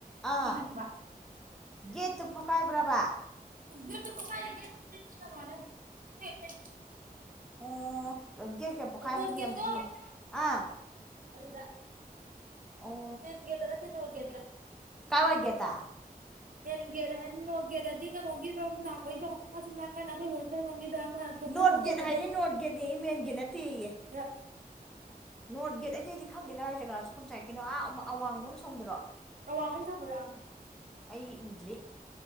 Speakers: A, in the centre; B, on the right.
A: ꯑꯥ
B: ꯀꯤꯍꯟꯕ
A: ꯒꯦꯠꯇꯨ ꯐꯛꯀꯥꯏꯕ꯭ꯔꯥꯕ
B: ꯒꯦꯠꯇꯨ ꯐꯛꯀꯥꯏꯗꯦ <unintelligible> ꯐꯦꯛꯅꯦ
A: ꯑꯣ ꯒꯦꯠꯀ ꯄꯣꯛꯈꯥꯏꯕꯒꯤ
B: ꯑꯦ ꯅꯣꯔ ꯒꯦꯠꯇꯣ
A: ꯌꯥꯝ ꯎꯠꯂꯦ ꯑꯥ
B: ꯑꯗꯨꯗ
A: ꯑꯣ
B: ꯃꯦꯟ ꯒꯦꯠ ꯇꯥ ꯅꯠꯇꯦ ꯅꯣꯔꯊ ꯒꯦꯠ ꯇꯥ꯫
A: ꯀꯥꯏꯋꯥꯏ ꯒꯦꯠꯇ
B: ꯃꯦꯟꯒꯦꯠ ꯅꯣꯡꯒꯦꯠ ꯍꯥꯏꯗꯤ ꯅꯣꯠ ꯒꯣꯠ ꯀꯩꯅꯣꯒꯤꯔꯣꯝ ꯂꯥꯛꯄꯩꯗꯣ ꯁꯨꯝ ꯂꯥꯛꯀꯥꯟ ꯑꯩꯈꯣꯏ ꯍꯣꯜꯁꯦꯜ ꯔꯣꯝꯒꯤꯗ ꯑꯃ ꯊꯣꯡꯐꯝ
A: ꯅꯣꯠꯒꯦꯗ
B: ꯑꯃ ꯂꯩꯕꯗꯣ
A: ꯍꯥꯏꯌꯦ ꯅꯣꯠꯒꯗꯤ ꯃꯦꯟꯒꯤꯅ ꯅꯠꯇꯦꯌꯦ꯫
B: ꯌꯥ
A: ꯅꯣꯔꯠ ꯒꯦꯠ ꯑꯩꯇꯩ ꯑꯩꯗꯤ ꯈꯪꯗꯦ ꯀꯗꯥꯥꯏ ꯖꯒꯥꯥꯁꯨ ꯍꯣꯝꯆꯥꯏ ꯀꯅꯣ ꯑ ꯑꯋꯥꯡꯕꯣꯅ ꯁꯣꯝꯗꯔꯣ꯫
B: ꯑꯋꯥꯡꯂꯣꯝ ꯊꯪꯕꯗ ꯑꯪ꯫
A: ꯑꯩ ꯎꯗ꯭ꯔꯤ